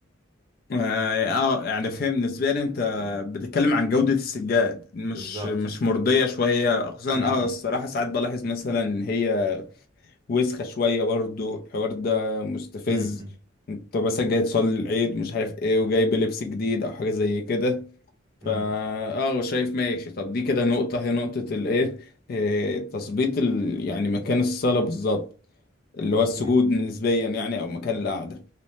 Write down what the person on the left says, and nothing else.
اه آه، يعني فهم نسبيا انت بتتكلم عن جودة السجاد مش
مش مرضية شوية خصوصا
اه الصراحة ساعات بلاحظ مثلا ان هي وسخة شوية برضو الحوار ده مستفز
انت مثلا جاي تصلي العيد مش عارف ايه وجايب لبس جديد او حاجة زي كده
فا
اه شايف ماشي طب دي كده نقطة هي نقطة الايه اه، تثبيت ال... يعني مكان الصلاة بالظبط اللي هو السجود
نسبيا يعني او مكان القعدة